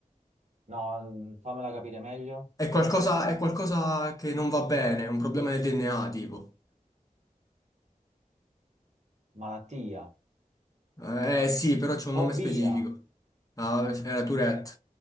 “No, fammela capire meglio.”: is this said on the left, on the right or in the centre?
Right